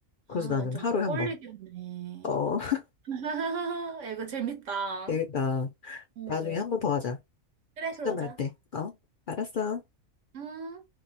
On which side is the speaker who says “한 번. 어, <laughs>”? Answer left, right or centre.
Left